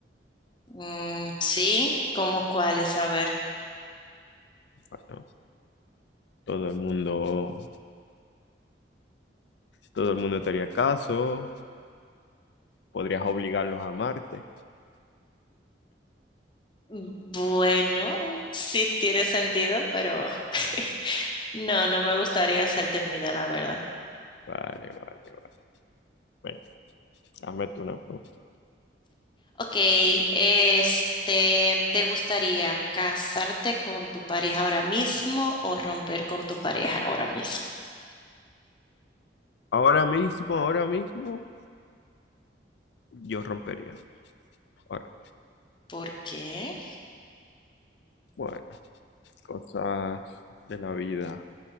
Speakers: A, on the left; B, on the left.
A: Mm, sí, ¿cómo cuáles? A ver.
B: Bueno, todo el mundo, todo el mundo te haría caso, podrías obligarlos a amarte.
A: Bueno, sí tiene sentido, pero <laughs> no, no me gustaría ser temida, la verdad.
B: Vale, vale, vale. Venga, hazme tú una pregunta.
A: Ok, este, ¿te gustaría casarte con tu pareja ahora mismo o romper con tu pareja ahora mismo?
B: Ahora mismo, ahora mismo, yo rompería. Ahora.
A: ¿Por qué?
B: Bueno. cosas de la vida.